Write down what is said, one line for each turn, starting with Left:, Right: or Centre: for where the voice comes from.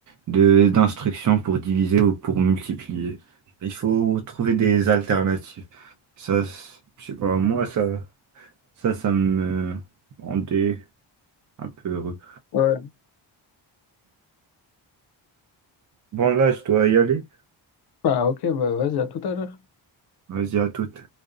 Right: de, d'instruction pour diviser ou pour multiplier. Il faut trouver des alternatives. Ça, c'est- je sais pas, moi, ça, ça, ça me rendait un peu heureux.
Left: Ouais.
Right: Bon, là, je dois y aller.
Left: Bah, ok, bah, vas-y, à tout à l'heure.
Right: Vas-y, à toute.